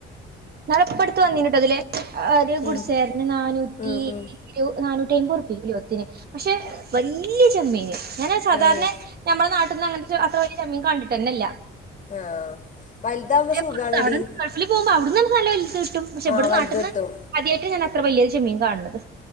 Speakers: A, on the right; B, on the left.
A: ഞാനിപ്പോ അടുത്തു വന്നിനേനുട്ടോ അതിലേ ആഹ് അത് കുടിശികേർന്നു
B: ഉം
A: നാനൂറ്റി
B: ഉം ഉം
A: ഒരു നാനൂറ്റി ഐമ്പത് റുപ്യ കിലോത്തിന്. പക്ഷെ വല്യ ചെമ്മീൻ. ഞാന് സാധാരണ
B: ഏയ്
A: ഞമ്മടെ നാട്ടിന്ന് അങ്ങനത്തെ അത്ര വല്യ ചെമ്മീൻ കണ്ടിട്ടന്നെയില്ല
B: ആഹ് വലുതാവുമ്പോ സുഖാണടി.
A: പുറത്ത് അവിടെ ഗൾഫിൽ പോകുമ്പോ അവിടുന്ന് നമുക്ക് നല്ല വലുത് കിട്ടും. പക്ഷെ ഇവിടേ
B: ആഹ് വലുത്
A: നാട്ടിന്ന്
B: കിട്ടും
A: ആദ്യായിട്ടാ ഞാൻ അത്ര വല്യ ചെമ്മീൻ കാണണത്.